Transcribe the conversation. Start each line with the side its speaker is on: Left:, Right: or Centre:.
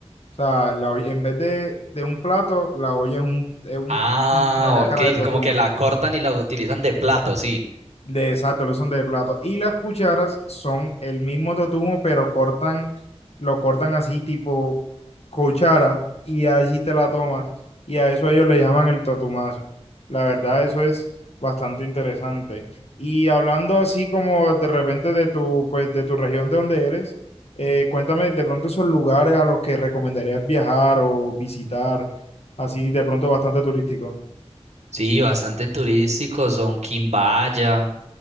Left: O sea, la, olla- en vez de, de un plato, la olla es, un, es un-
Right: Ah,
Left: un- una cáscara
Right: ok,
Left: de totumo.
Right: como que la cortan y la utilizan de plato, sí.
Left: De, exacto, lo usan de plato. Y las cucharas son el mismo totumo, pero cortan, lo cortan así tipo cuchara y allí te la tomas. Y a eso ellos le llaman el totumazo. La verdad, eso es bastante interesante. Y hablando así como de repente de tu, pues, de tu región de donde eres, eh, cuéntame de pronto esos lugares a los que recomendarías viajar o visitar, así de pronto bastante turístico.
Right: Sí, bastante turístico, son quimbaya,